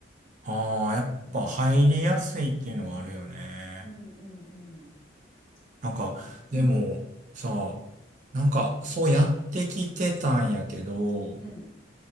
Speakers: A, on the right (about 40°); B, on the left (about 25°).
A: ああ、やっぱ入りやすいっていうのはあるよね。
B: うん。うん。うんうんうんうん
A: なんか、
B: なんか、うん
A: でもさ、なんかそうやってきてたんやけど、
B: うん、